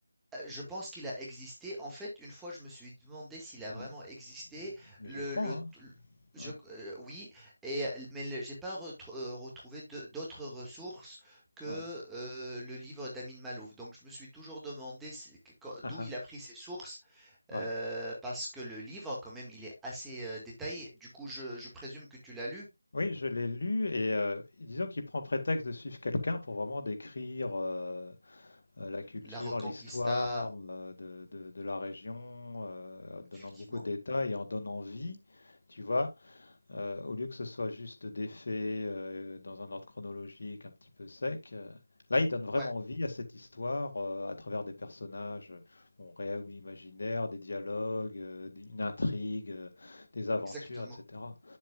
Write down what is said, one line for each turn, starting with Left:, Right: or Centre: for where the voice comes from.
Centre: Heu, je pense qu'il a existé. En fait, une fois, je me suis demandé s'il a
Left: Ouais.
Centre: vraiment existé.
Left: Mais
Centre: Le
Left: je crois,
Centre: le t
Left: hein.
Centre: l je
Left: Ouais.
Centre: q oui et l mais le j'ai pas retr heu, retrouvé de d'autres ressources que,
Left: Ouais.
Centre: heu, le livre d'Amin Malouf. Donc je me suis toujours demandé c'est q quand
Left: Ah,
Centre: d'où
Left: ah.
Centre: il a pris ses sources,
Left: Ouais.
Centre: heu, parce que le livre, quand même, il est assez, heu, détaillé. Du coup, je je présume que tu l'as lu?
Left: Oui, je l'ai lu et euh, disons qu'il prend prétexte de suivre quelqu'un pour vraiment décrire. euh, euh, la culture,
Centre: La Reconquista,
Left: l'histoire euh, de, de- de la région, euh, en donnant
Centre: effectivement.
Left: beaucoup de détails et en donnant vie, tu vois, Euh, au lieu que ce soit juste des faits euh, dans un ordre chronologique un petit peu sec. euh, Là, il donne vraiment
Centre: Ouais,
Left: vie à cette histoire euh, à travers des personnages euh, bon, réels ou imaginaires, des dialogues, euh, d- une intrigue, euh, des aventures,
Centre: exactement.
Left: etc.